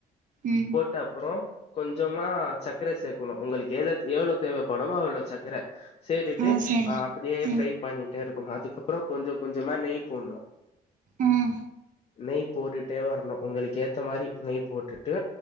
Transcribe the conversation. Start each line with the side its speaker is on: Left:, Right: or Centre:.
Right: ம்
Left: போட்ட அப்பறோ கொஞ்சமா சக்கர சேர்க்கனு உங்களுக்கு ஏலக் எவ்வளோ தேவைப்படுமோ அவ்வளோ சக்கர சேரிட்டு
Right: ஆ சரி
Left: அப்படியே
Right: ம்
Left: ஃப்ரை பண்ணிட்டே இருக்கு போ அதுக்கப்பறமா கொஞ்ச கொஞ்சமா நெய் போடணு
Right: உம்
Left: நெய் போட்டுட்டே வரணோ உங்களுக்கு ஏத்த மாரி நெய் போட்டுட்டு